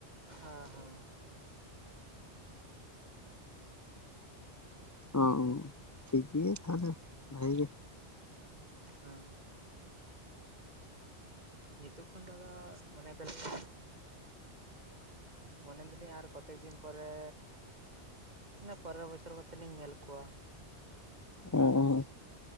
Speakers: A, on the right; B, on the left.
A: ᱦᱮᱸ ᱦᱮᱸ
B: ᱚ ᱴᱷᱤᱠ ᱜᱮᱭᱟ ᱛᱟᱦᱚᱞᱮ ᱵᱷᱟᱹᱜ ᱜᱮ
A: ᱦᱮᱸ ᱱᱤᱛᱚᱜ ᱠᱷᱚᱱ ᱫᱚ ᱫᱟᱫᱟ ᱢᱚᱱᱮ ᱫᱟᱞᱤᱧ ᱢᱚᱱᱮ ᱫᱟᱤᱧ ᱟᱨ ᱠᱚᱛᱮᱠ ᱫᱤᱱ ᱯᱚᱨᱮ ᱮ ᱯᱚᱱᱮᱨᱚ ᱵᱚᱪᱷᱚᱨ ᱠᱟᱛᱮ ᱞᱤᱧ ᱧᱮᱞ ᱠᱚᱣᱟ᱾
B: ᱚ